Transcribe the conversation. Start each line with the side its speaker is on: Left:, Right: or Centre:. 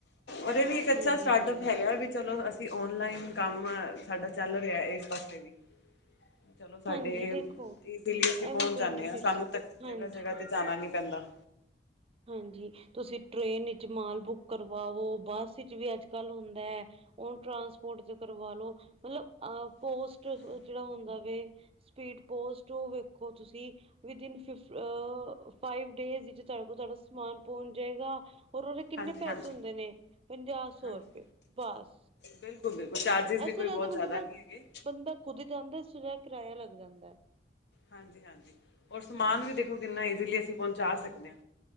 Left: ਔਰ ਇਹ ਵੀ ਇੱਕ ਅੱਛਾ
Right: ਠੀਕ
Left: ਸਟਾਰਟਅਪ
Right: ਹੈ ਠੀਕ ਹੈ
Left: ਹੈਗਾ, ਵੀ ਚਲੋ ਅਸੀਂ ਔਨਲਾਈਨ ਕੰਮ ਸਾਡਾ ਚੱਲ ਰਿਹਾ ਇਸ ਪਾਸੇ ਵੀ। ਚਲੋ ਸਾਡੇ,
Right: ਹਾਂਜੀ ਦੇਖੋ
Left: ਇਸਦੇ ਲਈ ਅਸੀਂ
Right: ਇਹ
Left: ਪਹੁੰਚ
Right: ਵੀ
Left: ਜਾਂਨੇ
Right: ਬੈਨੀਫਿਟਸ
Left: ਆਂ, ਸਾਨੂੰ ਤ
Right: ਹਾਂਜੀ
Left: ਜਗ੍ਹਾ ਜਗ੍ਹਾ ਤੇ ਜਾਣਾ ਨੀ ਪੈਂਦਾ।
Right: ਹਾਂਜੀ ਤੁਸੀਂ ਟ੍ਰੇਨ ਵਿੱਚ ਮਾਲ ਬੁੱਕ ਕਰਵਾਔ, ਬੱਸ ਵਿੱਚ ਵੀ ਅੱਜ ਕੱਲ ਹੁੰਦਾ ਹੈ। ਉਹਨੂੰ ਟ੍ਰਾਂਸਪੋਰਟ ਤੇ ਕਰਵਾਲੋ, ਮਤਲਬ ਪੋਸਟ ਜਿੜਾ ਹੁੰਦਾ ਵੇ ਸਪੀਡ ਪੋਸਟ, ਔ ਵੇਖੋ ਤੁਸੀਂ ਵਿਦ ਇਨ ਫਾਈਵ ਡੇਜ਼ ਵਿਜ ਉਹ ਤੁਹਾਡਾ ਸਮਾਨ ਪਹੁੰਚ ਜਾਏਗਾ। ਹੋਰ ਉਹਦੇ ਕਿੰਨੇ
Left: ਹਾਂਜੀ
Right: ਪੈਸੇ
Left: ਹਾਂਜੀ
Right: ਹੁੰਦੇ ਨੇ, ਪੰਜਾਹ, ਸੌ
Left: ਹਾਂਜੀ
Right: ਰੁਪਏ, ਬਸ।
Left: ਬਿਲਕੁਲ ਬਿਲਕੁਲ ਚਾਰਜਿਸ ਵੀ
Right: ਇਸ
Left: ਕੋਈ
Right: ਤੋਂ
Left: ਬਹੁਤ
Right: ਬੰਦੇ
Left: ਜ਼ਿਆਦਾ
Right: ਦਾ
Left: ਨਹੀਂ ਹੈਗੇ।
Right: ਬੰਦਾ ਖੁਦ ਜਾਂਦਾ, ਇਸ ਤੋ ਵੱਧ ਕਿਰਾਇਆ ਲੱਗ ਜਾਂਦਾ ਐ।
Left: ਹਾਂਜੀ ਹਾਂਜੀ, ਔਰ ਸਮਾਨ ਵੀ ਦੇਖੋ ਕਿੰਨਾ ਈਜ਼ੀਲੀ ਅਸੀਂ ਪਹੁੰਚਾ ਸਕਦੇ ਹਾਂ।